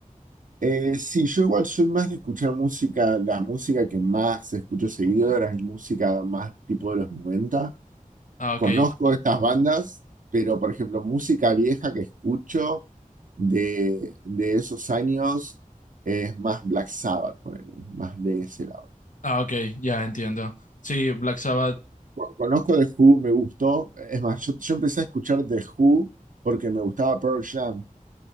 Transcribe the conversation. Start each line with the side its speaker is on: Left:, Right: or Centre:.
Right: Eh, sí, yo igual soy más de escuchar música, la música que más escucho seguido ahora es música más tipo de los noventa
Left: Ah, ok.
Right: Conozco estas bandas, pero por ejemplo, música vieja que escucho de, de esos años es más Black Sabbath, ponele, más de ese lado.
Left: Ah, ok, ya entiendo. Sí, Black Sabbath.
Right: Conozco The Who, me gustó, es más, yo, yo empecé a escuchar The Who porque me gustaba Pearl Jam.